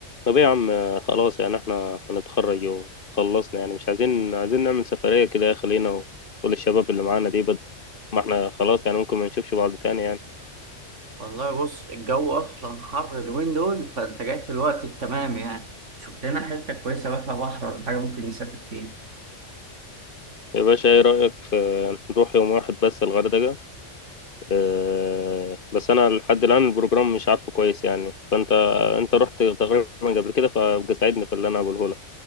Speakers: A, on the left; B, on the right.
A: طب ايه يا عم آه، خلاص يعني احنا هنتخرج وخلصنا يعني مش عايزين عايزين نعمل سفرية كده يا خلينا وكل الشباب اللي معانا دي بد... ما احنا خلاص يعني ممكن ما نشوفش بعض تاني يعني
B: والله بص الجو اصلا حر اليومين دول فانت جاي في الوقت التمام يعني شوف لنا حته كويسه بقى فيها بحر ولا حاجه ممكن نسافر فيها
A: يا باشا ايه رأيك في نروح يوم واحد بس الغردقة اه... بس انا لحد الآن البروجرام مش عارفه كويس يعني فانت انت رحت تقريبا قبل كده فابقى ساعدني في اللي انا هقوله لك